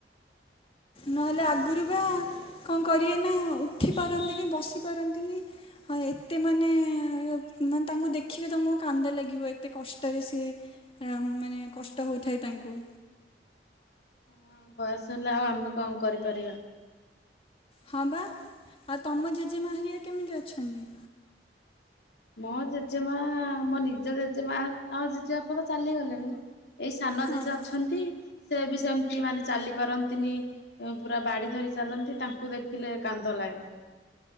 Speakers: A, on the left (about 30°); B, on the left (about 70°).
A: ନହେଲେ ଆଗରୁ ବା -କଣ କରିବେ ନା ଉଠି ପାରନ୍ତିନି, ବସିପାରନ୍ତିନି। ହଁ, ଏତେ ମାନେ-ମାନେ ତାଙ୍କୁ ଦେଖିଲେ ତମୁକୁ କାନ୍ଦ ଲାଗିବ ଏତେ କଷ୍ଟରେ ସିଏ ହଁ, ମାନେ କଷ୍ଟ ହଉଥାଏ ତାଙ୍କୁ।
B: ହଁ। ବୟସ ହେଲା ଆଉ ଆମେ କଣ କରିପାରିବା।
A: ହଁବା, ଆଉ ତମ ଜେଜେମା ହାରିିଆ କେମିତି ଅଛନ୍ତି?
B: ମୋ ଜେଜେମା ମୋ ନିଜ ଜେଜେମା ଆଉ ଜେଜେବାପା ତ ଚାଲିଗଲେଣି। ଏଇ ସାନ
A: ହଁ
B: ଜେଜେ ଅଛନ୍ତି, ସେ ବି ସେମ୍ତି ମାନେ ଚାଲିପାରନ୍ତିନି। <unintelligible> ପୁରା ବାଡି ଧରି ଚାଲନ୍ତି, ତାଙ୍କୁ ଦେଖିଲେ କାନ୍ଦ ଲାଗେ।